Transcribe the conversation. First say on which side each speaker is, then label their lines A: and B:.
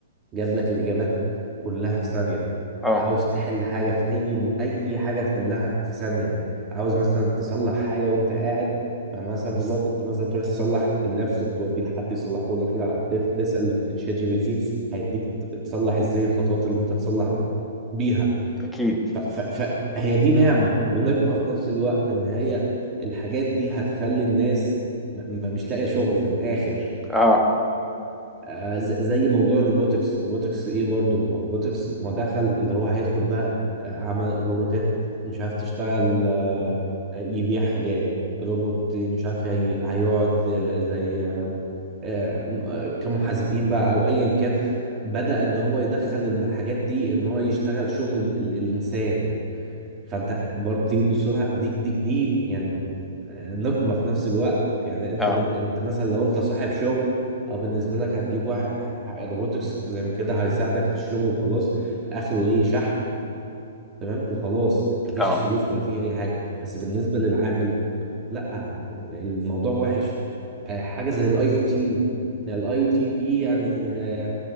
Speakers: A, on the right (about 25°); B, in the centre.
A: جاب لك الإجابات كلها في ثانية
B: اه
A: عاوز تحل حاجة في أي م... أي حاجة تحلها في ثانية عاوز مثلا تصلح حاجة وأنت قاعد يعني مثلا دلوقتي أنت مثلا تروح تصلح اللابتوب توديه لحد يصلحه لك لا ت- تسأل شات جي بي تي هيديك ت- تصلح إزاي الخطوات اللي أنت تصلح بي- بيها
B: اكيد
A: ف... ف... فهي دي نعمة ونقمة في نفس الوقت إن هي الحاجات دي هتخلي الناس م... م- مش لاقية شغل من الآخر
B: اه
A: آه، ز- زي موضوع الروبوتكس الروبوتكس ايه برضو ما الروبوتكس ما دخل اللي هو هيدخل بقى آه، عمل روبوتات مش عارف تشتغل آه، آه، يبيع حاجات روبوت مش عارف هي هيقعد آه، زي آه، آه، كمحاسبين بقى او ايا كان بدأ ان هو يدخل الحاجات دي ان هو يشتغل شغل ال- ال- الانسان فانت برضه تيجي تبص لها دي دي دي يعني آه، نقمه في نفس الوقت يعني انت
B: اه
A: بن انت مثلا لو انت صاحب شغل او بالنسبه لك هتجيب واحد ه- ه- روبوتكس زي ما كده هيساعدك في الشغل وخلاص اخره ايه شحن تمام وخلاص مفيش
B: اه
A: فلوس ولا فيه اي حاجه بس بالنسبه للعامل لا الموضوع وحش آه، حاجه زي الاي او تي الاي او تي دي يعني آه،